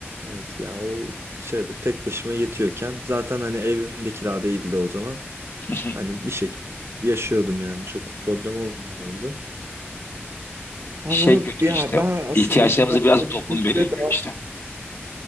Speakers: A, on the right; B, on the left.
A: Evet ya o şeyde tek başıma yetiyorken zaten hani evimde kira değildi o zaman.
B: <laughs>
A: Hani bir şekilde yaşıyordum yani çok problem olmuyordu. Ama
B: Şey kötü
A: ya
B: işte.
A: ben asıl
B: İhtiyaçlarımızı
A: ihtiyaç
B: biraz
A: dediğimizde
B: toplum belirliyor
A: daha
B: işte.